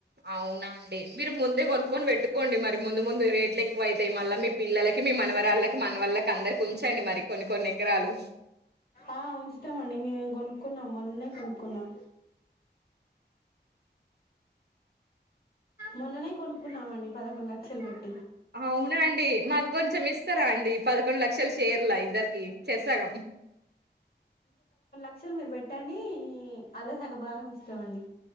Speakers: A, on the right; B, on the left.
A: అవునా అండి. మీరు ముందే కొనుక్కొని పెట్టుకోండి మరి. ముందు ముందు రేట్లు ఎక్కువ అవుతాయి. మళ్ళీ మీ పిల్లలకి మీ మనవరాళ్ళకి, మన వాళ్ళకి అందరికీ ఉంచండి మరి. కొన్ని కొన్ని ఎకరాలు.
B: ఆ ఉంచుతాం అండి. మేం కొను క్కున్నాం మొన్నే కొనుక్కున్నాం. మొన్ననే కొనుక్కున్నామండి పదకొండు లక్షలు పె
A: అవునా అండి మాకు కొంచెం ఇస్తారా అండి. పదకొండు లక్షల షేర్లా ఇద్దరికి చేర్సాగం.
B: అసలు మీరు పెట్టండి అల్ల సగ భాగం ఇస్తాంమండి.